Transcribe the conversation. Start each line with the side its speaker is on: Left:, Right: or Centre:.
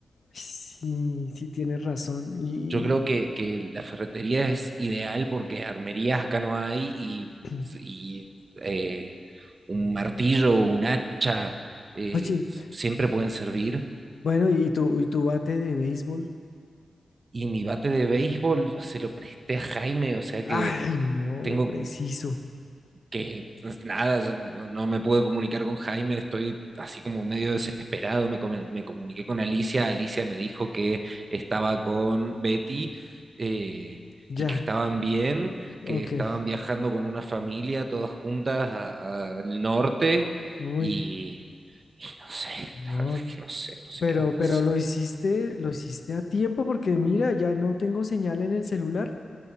Left: Sí, sí tienes razón. Y,
Right: Yo creo que, que la ferretería es ideal porque armerías acá no hay y,
Left: <clears throat>
Right: y, eh, un martillo, un hacha, eh,
Left: oye,
Right: siempre pueden servir.
Left: bueno, y tu, y tu bate de béisbol.
Right: Y mi bate de béisbol se lo presté a Jaime, o sea
Left: Ay,
Right: que
Left: no,
Right: tengo
Left: preciso.
Right: que pues, nada, yo no, no me pude comunicar con Jaime, estoy así como medio desesperado, me, come- me comuniqué con Alicia, Alicia me dijo que estaba con Betty eh,
Left: Ya,
Right: y que estaban bien,
Left: ok.
Right: que estaban viajando con una familia todas juntas a- al norte
Left: Uy,
Right: y, y no sé,
Left: no,
Right: la verdad es que no sé, no sé
Left: pero,
Right: qué va a pasar.
Left: pero lo hiciste, lo hiciste a tiempo porque mira, ya no tengo señal en el celular.